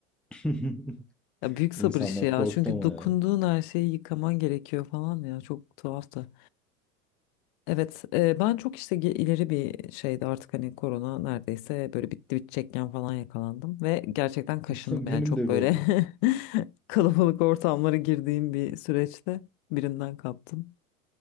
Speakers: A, in the centre; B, on the left.
A: <laughs>
B: Ya büyük sabır
A: İnsanlar
B: işi ya.
A: korktu
B: Çünkü
A: ama
B: dokunduğun
A: ya.
B: her şeyi yıkaman gerekiyor falan ya. Çok tuhaftı. Evet, e, ben çok işte ge- ileri bir şeydi artık hani korona neredeyse böyle bitti bitecekken falan yakalandım ve gerçekten kaşındım
A: <laughs> Benim
B: yani çok
A: de öyle
B: böyle
A: oldu.
B: <laughs> kalabalık ortamlara girdiğim bir süreçte birinden kaptım.